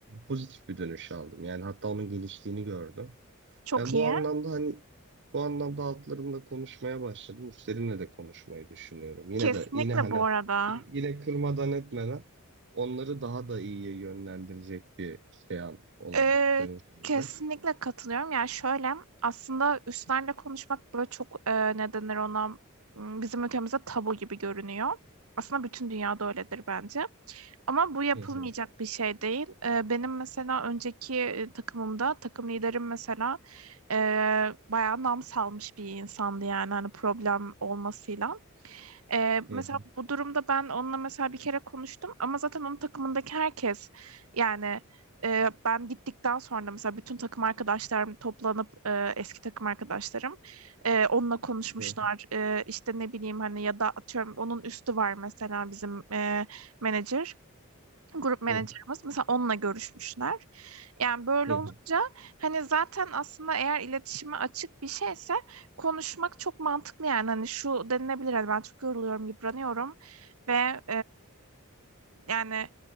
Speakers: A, on the right; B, on the right.
A: pozitif bir dönüş aldım. Yani hatta onun geliştiğini gördüm.
B: Çok
A: Yani bu
B: iyi.
A: anlamda hani bu anlamda altlarımla konuşmaya başladım. Üstlerimle de konuşmayı düşünüyorum. Yine
B: Kesinlikle
A: de yine hani
B: bu
A: y-
B: arada.
A: yine kırmadan etmeden onları daha da iyiye yönlendirecek bir şey al- olarak
B: Ee,
A: dönüş olarak.
B: kesinlikle katılıyorum. Yani şöyle aslında üstlerle konuşmak böyle çok e, ne denir ona m, bizim ülkemizde tabu gibi görünüyor. Aslında bütün dünyada öyledir bence. Ama bu yapılmayacak
A: Hı hı,
B: bir şey değil. Ee, benim mesela önceki e, takımımda takım liderim mesela e, bayağı nam salmış bir insandı yani hani problem olmasıyla. Ee,
A: hı
B: mesela
A: hı,
B: bu durumda ben onunla mesela bir kere konuştum ama zaten onun takımındaki herkes yani e, ben gittikten sonra mesela bütün takım arkadaşlarım toplanıp e, eski takım arkadaşlarım e, onunla konuşmuşlar.
A: hı
B: E, işte ne bileyim hani ya da atıyorum onun üstü var mesela bizim e, menajer grup menajerimiz
A: hı,
B: mesela onunla görüşmüşler. Yani böyle
A: hı
B: olunca
A: hı,
B: hani zaten aslında eğer iletişime açık bir şeyse konuşmak çok mantıklı yani hani şu denilebilir hani ben çok yoruluyorum, yıpranıyorum ve yani